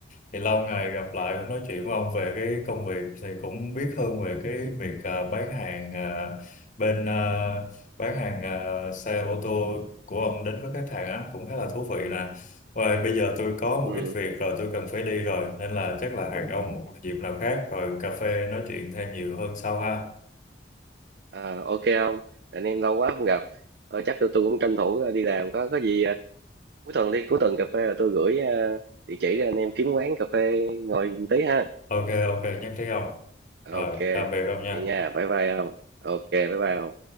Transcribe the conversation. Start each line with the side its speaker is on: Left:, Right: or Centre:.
Left: thì lâu ngày gặp lại cũng nói chuyện với ông về cái công việc thì cũng biết hơn về cái việc ờ, bán hàng ờ, bên ờ, bán hàng ờ, xe ô tô của ông đến với khách hàng á cũng khá là thú vị nè. Và bây giờ tôi có một
Right: ừ.
Left: ít việc rồi tôi cần phải đi rồi nên là chắc là hẹn ông một dịp nào khác rồi cà phê nói chuyện thêm nhiều hơn sau ha.
Right: à, ok không anh em lâu quá không gặp ờ, chắc tôi, tôi cũng tranh thủ ờ, đi làm có có gì ờ, cuối tuần đi cuối tuần cà phê là tôi gửi ờ, địa chỉ cho anh em kiếm quán cà phê ngồi tí ha
Left: Ok ok nhắc trí ông.
Right: ok
Left: Rồi tạm biệt ông nha.
Right: vậy nha bye bye không ok bye bye không.